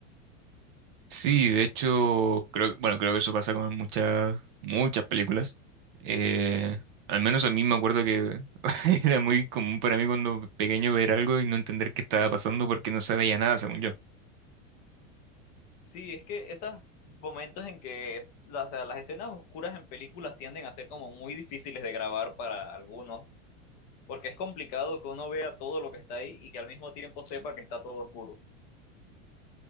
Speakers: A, on the right; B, on the left.
A: Sí, de hecho, creo, bueno, creo que eso pasa con muchas, muchas películas. Eh, al menos a mí me acuerdo que <laughs> era muy común para mí cuando pequeño ver algo y no entender qué estaba pasando porque no sabía nada, según yo.
B: Sí, es que esos momentos en que es- las, o sea, las escenas oscuras en películas tienden a ser como muy difíciles de grabar para algunos, porque es complicado que uno vea todo lo que está ahí y que al mismo tiempo sepa que está todo oscuro.